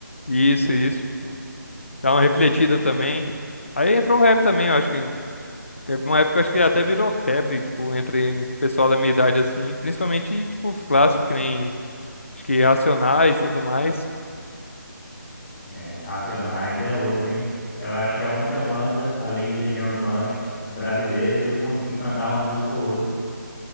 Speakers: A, on the left; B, in the centre.
A: Isso, isso, tipo, dá uma refletida também. Aí entrou o rap também, eu acho que teve uma época, eu acho que até virou febre, tipo, entre o pessoal da minha idade, assim, principalmente, tipo, os clássicos, que nem, acho que Racionais e tudo mais.
B: É, Racionais é outra, hein? Eu acho que é a única banda, além de Legião Urbana, brasileira, que eu consigo cantar uma música ou outra.